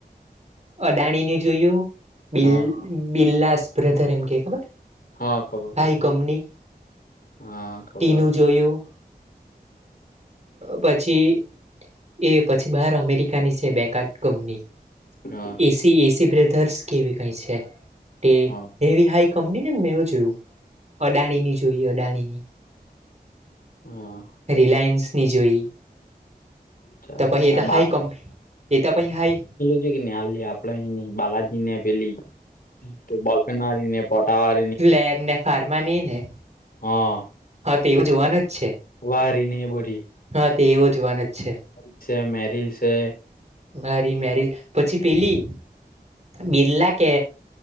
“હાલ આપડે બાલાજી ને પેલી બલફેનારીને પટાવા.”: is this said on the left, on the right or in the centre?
Left